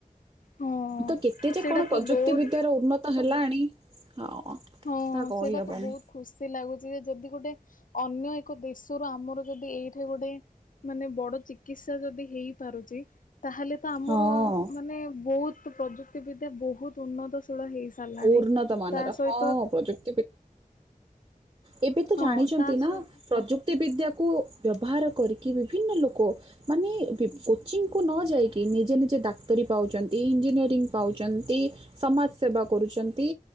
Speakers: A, on the left; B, on the right.
A: ହଁ
B: ତ କେତେ ଯେ
A: ସେଇଟା
B: କଣ
A: ତ
B: ପ୍ରଯୁକ୍ତି
A: ବହୁତ
B: ବିଦ୍ୟା ର ଉନ୍ନତ ହେଲାଣି <unintelligible>
A: ହଁ
B: କହିହେବନି
A: ସେଇଟା ତ ବହୁତ୍ ଖୁସି ଲାଗୁଚି ଯେ ଯଦି ଗୋଟେ ଅନ୍ୟ ଏକ ଦେଶରୁ ଆମର ଯଦି ଏଇଠେ ଗୋଟେ ମାନେ ବଡ ଚିକିତ୍ସା ଯଦି ହେଇ ପାରୁଚି ତାହେଲେ ତ ଆମର
B: ହଁ
A: ମାନେ ବହୁତ ପ୍ରଯୁକ୍ତିବିଦ୍ୟା ବହୁତ ଉନ୍ନତ ସେ ତୁଳ ହେଇ ସାଇଲାଣି।
B: ଉନ୍ନତମାନର
A: ତା ସହି
B: ହଁ <unintelligible> ଏବେ ତ ଜାଣିଚନ୍ତି
A: ହଁ ତା
B: ନା
A: ସହିତ
B: ପ୍ରଯୁକ୍ତି ବିଦ୍ୟାକୁ ବ୍ୟବହାର କରିକି ବିଭିନ୍ନ ଲୋକ ମାନେ ପି କୋଚିଂକୁ ନ ଯାଇକି ନିଜେ ନିଜେ ଡାକ୍ତରୀ ପାଉଚନ୍ତି ଇଞ୍ଜିନିୟରିଂ ପାଉଚନ୍ତି। ସମାଜ ସେବା କରୁଚନ୍ତି।